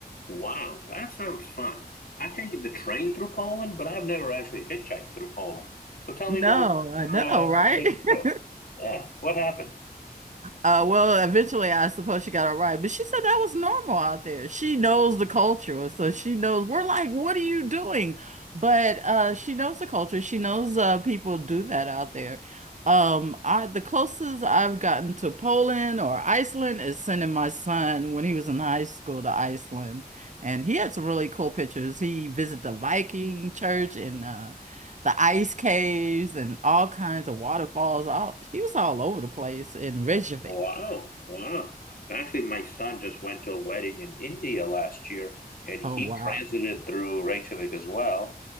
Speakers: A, on the left; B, on the right.
A: Wow, that sounds fun. I've taken the train through Poland, but I've never actually hitchhiked through Poland. So tell
B: No,
A: me more about
B: I
A: your
B: know,
A: uh,
B: right?
A: latest trip.
B: <laughs>
A: Yeah, what happened?
B: Uh, well, eventually, I suppose she got it right, but she said that was normal out there. She knows the culture, so she knows we're like, what are you doing? But uh, she knows the culture. She knows uh, people do that out there. Um, I the closest I've gotten to Poland or Iceland is sending my son when he was in high school to Iceland, and he had some really cool pictures. He visited the Viking church and uh, the ice caves and all kinds of waterfalls. All he was all over the place in Reykjavik.
A: Wow, wow. Actually, my son just went to a wedding in India last year, and he
B: Oh wow.
A: transited through Reykjavik as well.